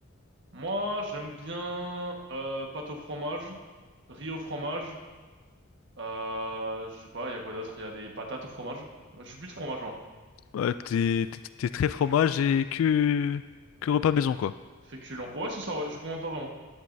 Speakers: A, on the right; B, on the left.
A: Moi, j'aime bien euh, pâte au fromage, riz au fromage. Euh, je sais pas, il y a quoi d'autre? Il y a des patates au fromage. Je suis plus de fromage, moi.
B: Ouais, t'es, t'es t'es très fromage et que, que repas maison quoi.
A: Féculent. Ouais, c'est ça, ouais, je commande pas vraiment.